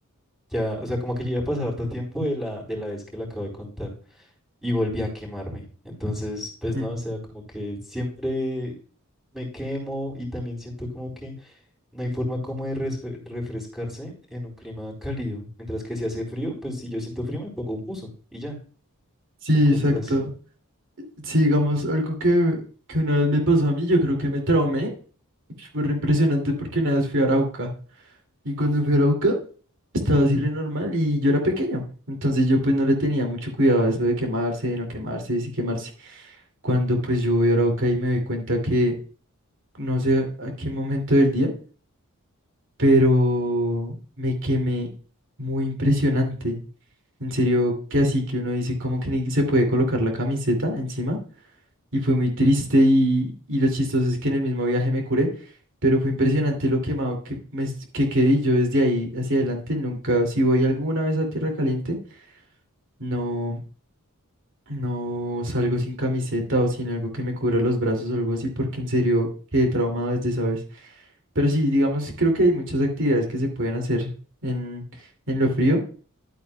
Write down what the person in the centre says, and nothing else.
ya, o sea, como que ya había pasado harto tiempo de la, de la vez que le acabo de contar y volví a quemarme. Entonces, pues
no, o sea, como que siempre me quemo y también siento como que no hay forma como de resfe- refrescarse en un clima cálido. Mientras que si hace frío, pues si yo siento frío me pongo un buzo y ya,
o cosas
así.